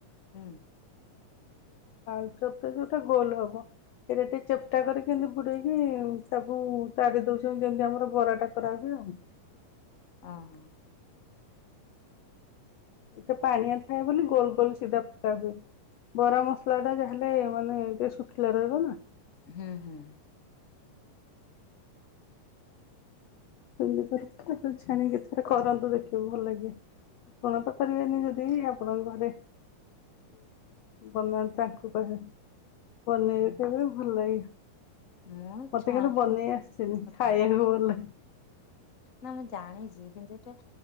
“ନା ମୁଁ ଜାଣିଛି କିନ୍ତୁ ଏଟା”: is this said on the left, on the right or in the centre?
Left